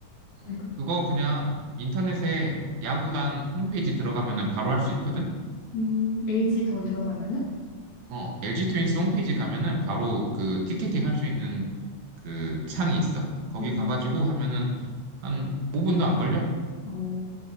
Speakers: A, on the right; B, on the left.
A: 음.
B: 알겠어.
A: 그거 그냥 인터넷에 야구단 홈페이지 들어가면은 바로 할 수 있거든?
B: 음, LG 저희 들어가면은,
A: 어, LG 트윈스 홈페이지 가면은 바로 그 티켓팅 할 수 있는 그 창이 있어. 거기
B: 음,
A: 가가지고 하면은 한 5분도 안 걸려.
B: 어,